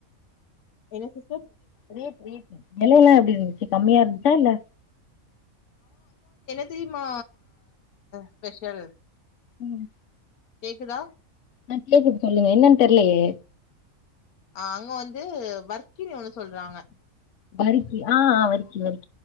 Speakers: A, on the left; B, on the left.
A: என்ன சிஸ்
B: ரேட் ரேட்டு வெலையலா எப்டி இருந்துச்சு கம்மியா இருந்துச்சா இல்ல
A: தெரிம்மா ஸ்பெஷல்
B: ம்
A: கேக்குதா
B: ஆ கேக்குது சொல்லுங்க என்னன் தெர்லயே
A: ஆ அங்க வந்து வர்க்கினு ஒன்னு சொல்றாங்க
B: வருக்கி ஆ ஆ வர்க்கி வர்க்